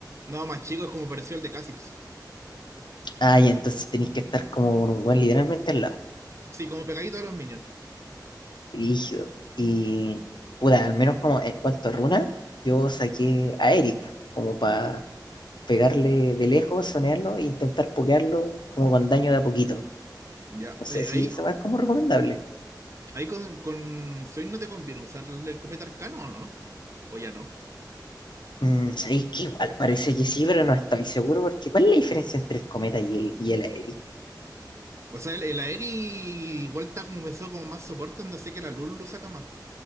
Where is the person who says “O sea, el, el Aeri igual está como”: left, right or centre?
Right